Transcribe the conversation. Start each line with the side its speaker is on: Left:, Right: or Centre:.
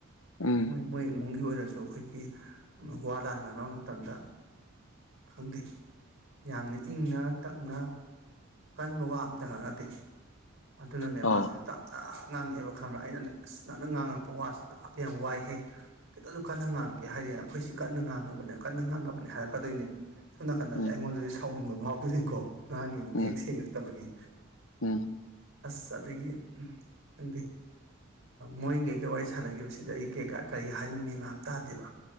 Left: ꯎꯝ
Right: ꯃꯣꯏ ꯃꯣꯏ ꯏꯃꯨꯡ ꯒꯤ ꯑꯣꯏꯅꯁꯨ ꯑꯩꯈꯣꯏꯒꯤ ꯋꯥ ꯂꯥꯟ ꯉꯥꯡꯅꯕ ꯃꯇꯝꯗ ꯈꯪꯗꯦ ꯌꯥꯝꯅ ꯏꯪꯅ ꯇꯞꯅ ꯀꯟꯕ ꯋꯥ ꯑꯝꯇ ꯉꯥꯡꯅꯗꯦ ꯑꯗꯨꯅꯅꯦ
Left: ꯑ
Right: ꯃꯥꯁꯨ ꯇꯥꯞꯅ ꯉꯥꯡꯉꯛꯑꯦꯕ ꯈꯪꯕ꯭ꯔꯥ ꯑꯩꯅꯅꯦ ꯑꯁ ꯅꯅꯥꯟꯅ ꯉꯥꯡꯉꯛꯄ ꯋꯥꯁꯦ ꯇꯥꯕ ꯌꯥꯝ ꯋꯥꯏꯍꯦ ꯈꯤꯇꯁꯨ ꯀꯟꯅ ꯉꯥꯡꯉꯛꯀꯦ ꯍꯥꯏꯗꯅ ꯑꯩꯈꯣꯏꯁꯤ ꯀꯟꯅ ꯉꯥꯡꯉꯕꯅꯦ ꯀꯟꯅ ꯉꯥꯡꯉꯕꯅꯦ ꯍꯥꯏꯔꯛꯀꯗꯣꯏꯅꯦꯕ ꯁꯣꯟ ꯅꯀꯟꯗꯗꯤ
Left: ꯎꯝ
Right: ꯑꯩꯉꯣꯟꯗꯗꯤ ꯁꯥꯎꯅꯤꯡꯕ ꯐꯥꯎꯗꫭꯏꯅꯤꯀꫭ ꯉꯡꯉꯤꯕ
Left: ꯎꯝ
Right: ꯃꯌꯣꯛ ꯇꯕꯒꯤ
Left: ꯎꯝ
Right: ꯑꯁ ꯑꯗꯒꯤ ꯈꯪꯗꯦ ꯃꯣꯏꯒꯩꯒ ꯋꯥꯔꯤ ꯁꯥꯟꯅꯈꯤꯕꯁꯤꯗ ꯑꯩ ꯀꯩꯀꯥ ꯀꯔꯤ ꯍꯥꯏꯅꯣ ꯃꯦꯟ ꯃꯥꯟ ꯑꯝ ꯇꯥꯗꯦꯕ